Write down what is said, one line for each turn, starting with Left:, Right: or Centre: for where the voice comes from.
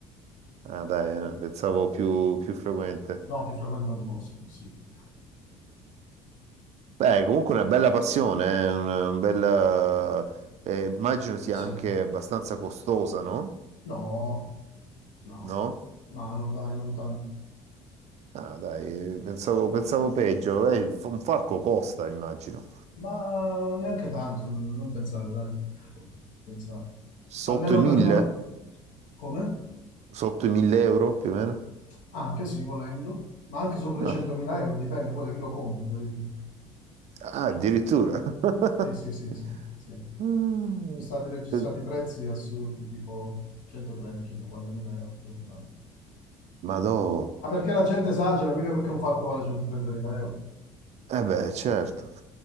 Right: Ah, dai, eh, pensavo più più frequente.
Left: No, ti frequentano un po', se è possibile.
Right: Beh, comunque una bella passione, eh, una bella... eh, eh, immagino sia
Left: Sì,
Right: anche abbastanza costosa, no?
Left: no, no,
Right: No?
Left: no, no, dai, non tanto.
Right: Ah, dai, eh, pensavo, pensavo peggio. Eh, il f- un falco costa, immagino.
Left: Ma neanche tanto, non pensare, dai. Non Pensare.
Right: Sotto
Left: Almeno
Right: i 1000?
Left: per noi. Come?
Right: Sotto i 1000 euro, più o meno?
Left: Anche sì, volendo, ma anche sopra
Right: Ah,
Left: i 100.000 euro, dipende poi da chi lo compra, capito?
Right: Ah, addirittura. <laughs>
Left: Sì, sì, sì, sì, sì. Sono
Right: Mm.
Left: stati registrati
Right: Eh,
Left: prezzi assurdi, tipo 130-140.000 euro per un falco.
Right: Madò.
Left: Ma perché la gente esagera, mica perché un falco vale 130.000 euro.
Right: Eh beh, certo,